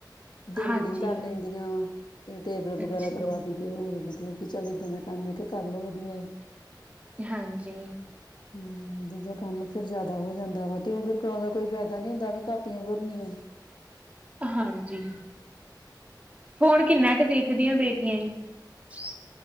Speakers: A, on the left; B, on the right.
A: ਤੇ
B: ਹਾਂਜੀ।
A: ਰੀਡਿੰਗ ਕਰ ਲੈਂਦੀਆਂ ਵਾ ਤੇ ਟੇਬਲ ਵਗੈਰਾ
B: ਅੱਛਾ।
A: ਕਰਵਾ ਦਈ ਦੀ ਹੋਰ ਮਤਲਬ ਕਿ ਚੱਲ ਏਦਾਂ ਦਾ ਕੰਮ ਹੈ ਕਿ ਕਰਲੋ ਵਧੀਆ
B: ਹਾਂਜੀ
A: ਹੂੰ ਦੂਜਾ ਕੰਮ ਫੇਰ ਜ਼ਿਆਦਾ ਹੋ ਜਾਂਦਾ ਵਾ ਤੇ ਉਹ ਫੇਰ ਕਰਾਉਣ ਦਾ ਕੋਈ ਫਾਇਦਾ ਨੀ ਹੁੰਦਾ ਐਵੇਂ ਕਾ ਪੀਆਂ ਭਰਨੀਆ
B: ਹਾਂਜੀ ਫੋਨ ਕਿੰਨਾ ਕੁ ਦੇਖਦੀ ਆ ਬੇ ਬੇਟੀਆਂ ਜੀ